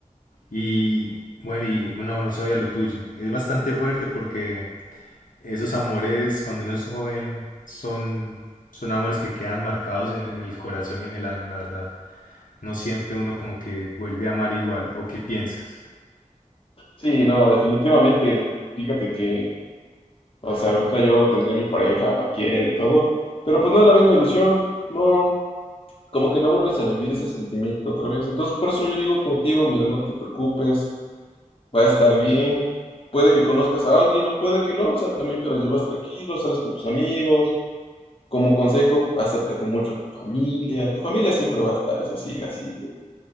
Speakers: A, on the left (about 75°); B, on the left (about 45°).
A: Y bueno, y no, no sabía lo tuyo. Es bastante fuerte porque esos amores cuando uno es joven son, son amores que quedan marcados en, en el corazón y en el alma, la verdad. No siempre uno como que vuelve a amar igual. ¿O qué piensas?
B: Sí, no, definitivamente, fíjate que, o sea, ahorita yo tendré mi pareja, la quiero y todo, pero pues no es la misma ilusión, no, como que no vuelves a vivir ese sentimiento otra vez, entonces por eso yo digo contigo, mira, no te preocupes, va a estar bien. Puede que conozcas a alguien o puede que no, o sea, también te la llevas tranquilo, sales con tus amigos, Como consejo, acércate mucho a tu familia. Tu familia siempre va a estar, es así, así de,